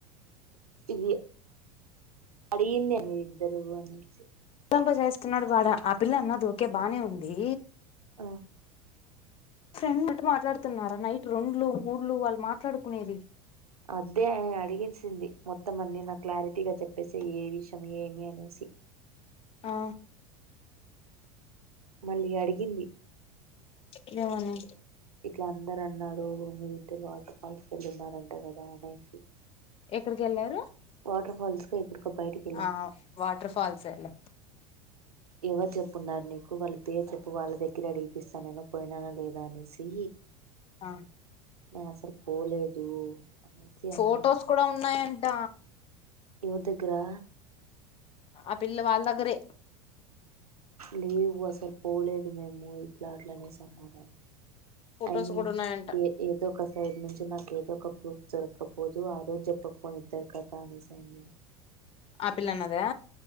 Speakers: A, on the right (about 80°); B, on the left (about 30°).
A: ఇది అడిగింద మీరిద్దరు అనేసి
B: పంప చేస్తున్నాడు వాడ ఆ పిల్ల అన్నది ఓకే బాగానే ఉంది
A: ఆ
B: ఫ్రెండ్ అంట మాట్లాడుతున్నారా నైట్ రెండ్లు మూడులు వాళ్ళు మాట్లాడుకునేది
A: అదే అడిగిచ్చింది మొత్తం అన్నీ నా క్లారిటీగా చెప్ ప్పేసేయ్ ఏ విషయం ఏమి అనేసి
B: ఆ
A: మళ్ళీ అడిగింది
B: ఏమని
A: ఇట్ల అందరు అన్నారు మీ ఇద్దరు అట్ల ఫాస్ వెళ్ళిన్నంట కదా అనేసి
B: ఎక్కడికి వెళ్ళారు
A: వాటర్ ఫాల్స్ కు ఎక్కడికో బయటికి
B: ఆ వాటర్ ఫాల్స్ ఎల్లా
A: ఎవరి చెప్ న్నారు నీకు వాళ్ళ పేరు చెప్పు వాళ్ళ దగ్గర అడిగిపిస్తానేో పోయినానా లేదా అనేసి.
B: ఆ
A: నా అసలు పోలేదు అనేసి
B: ఫొోటోస్
A: అన్నారంట
B: కూడా ఉన్నాయం ట
A: ఎవరి దగ్గరా
B: ఆ పిల్లలు వాళ్ళ దగ్గరే
A: లీవ్ అసలు పోలేదు మేము ఇట్లా అట్లనేసి అన్నంట
B: ఫొటోస్
A: అఐ మీ
B: కూడా ఉన్నాయంట
A: ఏ ఏదో కస ఇటి నుంచి నాకు ఏదో ఒక ప్రూఫ్ దొరకపోదు ఆ రోజు చెప్పకపోనిద్దరు కదా అనే సా నేను.
B: ఆపిల్ అన్నదా